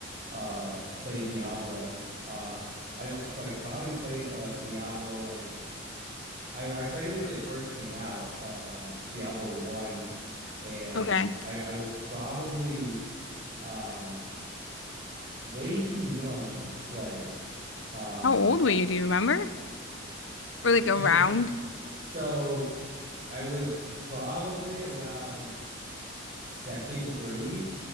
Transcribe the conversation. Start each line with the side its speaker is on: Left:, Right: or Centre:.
Right: uh played Diablo. Uh, I've like probably played uh Diablo like I, I played it when it first came out, uh, Diablo 1, and
Left: Okay.
Right: I, I was probably um, way too young to play. Um,
Left: How old were you? Do you remember? Or like around?
Right: <laughs> so I was probably around second grade,